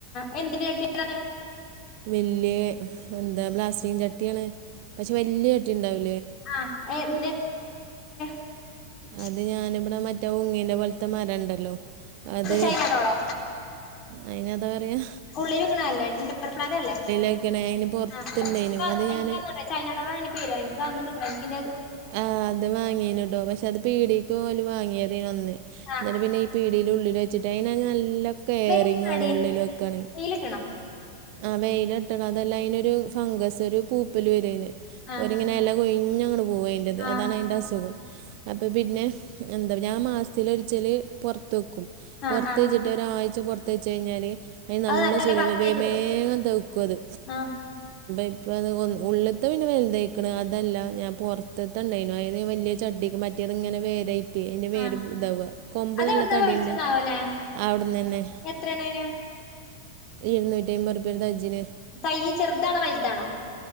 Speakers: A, on the left; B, on the right.
A: <inaudible>
B: വല്യേ എന്താ പ്ലാസ്റ്റിക് ചട്ടിയാണെ പക്ഷെ വല്യ ചട്ടി ഉണ്ടാവി
A: ആഹ എ ന്ത <inaudible>
B: അത് ഞാനിവിടെ മറ്റേ ഉങ്ങ്ന്റെ പോലത്തെ മരം ണ്ടല്ലോ അത്.
A: ചൈന ഡോളോ
B: അയിന് അതാ പറയാ.?
A: ഉള്ളിൽ വെക്ക്ണെല്ലെ? ഇൻഡോർ പ്ലാന്റ് അല്ലെ?
B: വെക്കണ അതിന് പുറത്തുണ്ടായിനു
A: ആ എനക്ക്
B: അത്
A: എനക്കൊന്ന്
B: ഞാൻ
A: ട് ചൈന ടൗണ ൻ തെരോ ഇൻക്കതൊന്ന് കിട്ടണം. ഇൻക്കിന്റെ.
B: ആ അത് വാങ്ങീണ് ട്ടൊ പക്ഷെ അത് പീടിക്ക് ഓല് വാങ്ങ്യേതെന്നു അന്ന്.
A: ആഹ്
B: ന്നട്ട് പിന്നെ ഈ പീടിൽ ഉള്ളിൽ വെച്ചിട്ട് അയ്നാണെ നല്ല കെയറിംഗ്
A: വെയിലടി
B: വേണം ഉള്ളില് വക്കാന്.
A: വെയിലിട്ടണം
B: ആ വെയില് തട്ടണം അതെല്ലാ അയ്നൊരു ഫംഗസ് ഒരു പൂപ്പൽ വരൊയ്ന്
A: ആഹ്
B: ഒര് ങ്ങനെ ഇല കൊയ്. ഞ് അങ്ങട് പോവയ്ന്റെ ത്
A: ആഹ് ആഹ്
B: അതാണ് അയ്ന്റെ അ സുഖം. അപ്പൊ പിന്നെ എന്താ ഞാൻ മാസത്തിൽ ഒര്ച്ചല് പുറത്ത്.
A: ആഹ്
B: പുറത്ത്
A: ആഹ്
B: വച്ചിട്ട് ഒരാഴ്ച പുറത്ത വച്ച് കഴിഞ്ഞാല് അയ്ന് നല്ല
A: അത്
B: സുര
A: പച്ചയായി
B: ബ ബേ. വേഗം
A: കിട്ടും
B: തെഅക്കത്.
A: ആഹ്
B: ഇപ്പ അത് ഉ ഉള്ള്ത്തെ ത് പിന്നെ വലുതേയ്ക്ക്ണ് അതല്ല ഞാൻ പുറത്ത്ത്ത ണ്ടയ്നു അയ്നെ വല്യ ചട്ടിക്ക് മറ്റെ. തങ്ങനെ വേരായ്റ്റെ അയ്ന്റെ വേര്
A: ആഹ്
B: ഇതാവ കൊമ്പ്
A: അതെവിടുന്നാ
B: നല്ല തടിണ്ട്
A: മേടിച്ചതാവല്ലേ
B: അവിട്ന്നെന്നെ
A: എത്രയാണ് അതിന്
B: ഇരുന്നൂറ്റി ആയിമ്പത്ർപ്യ ഒരു തജ്ജിന്
A: തയ്യ് ചെർതാണോ വല്താണോ?